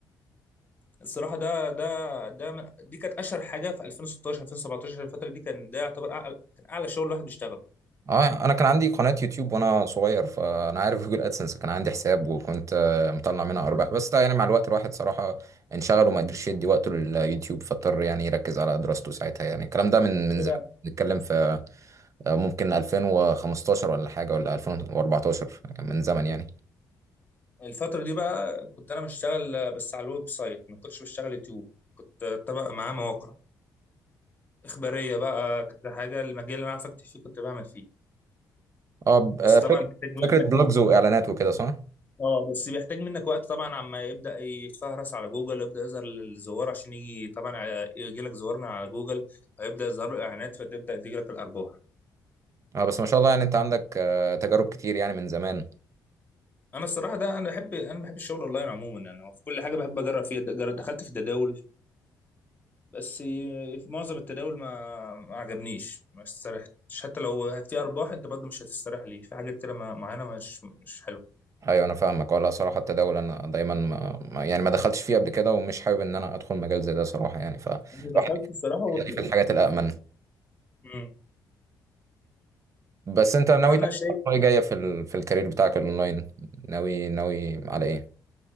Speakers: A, on the left (about 25°); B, on the right (about 40°).
A: الصراحه ده ده ده من دي كانت اشهر حاجه في 2016 2017 الفتره دي كان ده يعتبر أعلى كان اعلى شغل الواحد بيشتغله
B: اه انا كان عندي قناة يوتيوب وانا صغير فانا عارف جوجل ادسنس كان عندي حساب وكنت آه، مطلع منها ارباح بس ده يعني مع الوقت الواحد صراحة انشغل وما قدرش يدي وقته لليوتيوب فاضطر يعني يركز على دراسته ساعتها يعني الكلام ده من من
A: ليه
B: زمان
A: بقى؟
B: نتكلم في آه، ممكن 2015 ولا حاجة ولا 2014 من زمن يعني
A: الفتره دي بقى كنت انا بشتغل بس على الويب سايت ما كنتش بشتغل يوتيوب كنت طبق معاه مواقع اخباريه بقى كذا حاجه المجال اللي انا عارف اكتب فيه كنت بعمل فيه
B: اه ب- آه،
A: بس طبعا
B: فكرة
A: بيحتاج
B: فكرة
A: منك
B: بلوجز واعلانات وكده صح؟
A: اه بس بيحتاج منك وقت طبعا عما يبدا يتفهرس على جوجل يبدا يظهر الزوار عشان يجي طبعا يجي لك زوار من على جوجل فيبدا يظهر له اعلانات فتبدا تيجي لك الارباح
B: اه بس ما شاء الله يعني انت عندك آه، تجارب كتير يعني من زمان
A: انا الصراحه ده انا بحب انا بحب الشغل اونلاين عموما يعني هو في كل حاجه بحب اجرب فيها جر- دخلت في التداول بس في معظم التداول ما ما عجبنيش ما استريحتش حتى لو في ارباح انت برضه مش هتستريح ليه في حاجات كده ما- معينه مش مش حلوه
B: ايوه انا فاهمك ولا صراحه التداول انا دايما ما ما- يعني ما دخلتش فيه قبل كده ومش حابب ان انا ادخل مجال زي ده صراحه يعني فالواحد
A: انا دخلت الصراحه وطلعت
B: بيخليه في الحاجات الامن
A: مم.
B: بس انت ناوي
A: فانا
B: تعمل
A: شايف
B: خطوة إيه جايه في ال... في الكارير بتاعك الاونلاين ناوي ناوي على ايه